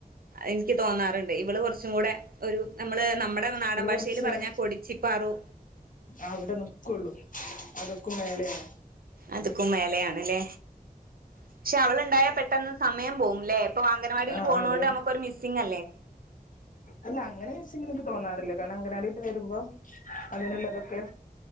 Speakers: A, on the right (about 75°); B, on the left (about 60°).
A: എനിക്ക് തോന്നാറുണ്ട് ഇവള് കുറച് കുറച്ചും കൂടെ ഒരു നമ്മള് നമ്മുടെ നാടൻ
B: അവള്
A: ഭാഷയിൽ
B: കുറച്ച്
A: പറഞ്ഞാ കൊടിച്ചിപ്പാറു
B: അവിടെ ന്ക്കൊള്ളൂ അത്ക്കും മേലയാണ്
A: അതക്കും മേലയാണല്ലേ പക്ഷെ അവളുണ്ടായാ പെട്ടെന്ന് സമയം പോവുംല്ലേ ഇപ്പൊ അംഗൻവാടിൽ
B: ആ
A: പോണ
B: അതെ
A: കൊണ്ട് നമുക്കൊരു മിസ്സിംഗ അല്ലേ
B: അല്ല അങ്ങനെ മിസ്സിങ് എനിക്ക് തോന്നാറില്ല കാരണം അംഗനവാടി വിട്ടു വരുമ്പോൾ അതിനുള്ളതൊക്കെ